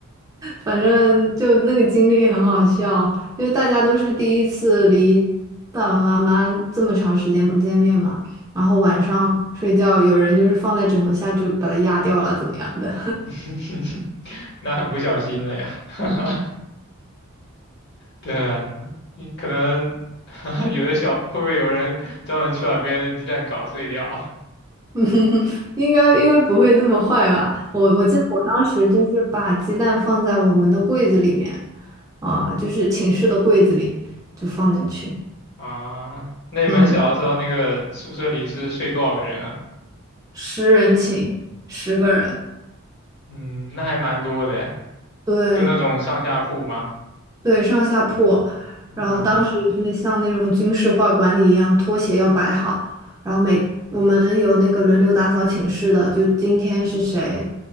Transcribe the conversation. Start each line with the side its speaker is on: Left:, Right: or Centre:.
Right: 反正就那个经历很好笑，因为大家都是第一次离爸爸妈妈这么长时间不见面嘛，然后晚上睡觉，有人就是放在枕头下就把它压掉了，怎么样的？
Left: <laughs> 那很不小心了呀。<laughs> 对啊，你可能 <laughs> 有的小，会不会有人专门去把别人的鸡蛋搞碎掉
Right: <laughs> 应该应该不会这么坏吧？我我记得我当时就是把鸡蛋放在我们的柜子里面，啊、就是寝室的柜子里就放进去，
Left: <laughs> 啊？那你们小的时候，
Right: 嗯，
Left: 那个宿舍里是睡多少个人啊？
Right: 十人寝，十个人。
Left: 嗯，那还蛮多的诶
Right: 对，
Left: 就那种上下铺吗？
Right: 对，上下铺，
Left: 哦，
Right: 然后当时也是那像那种军事化管理一样，拖鞋要摆好，然后每我们有那个轮流打扫寝室的，就今天是谁，